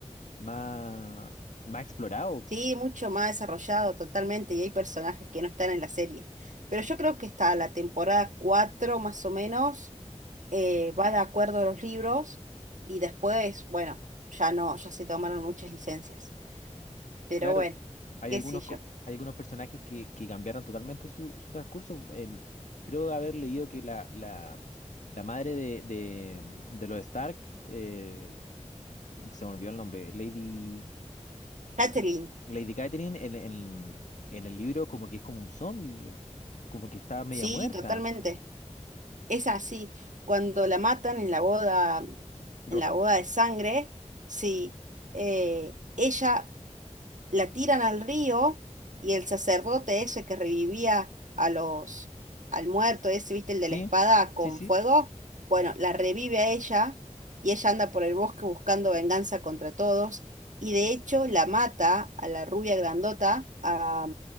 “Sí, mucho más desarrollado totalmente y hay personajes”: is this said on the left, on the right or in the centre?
Right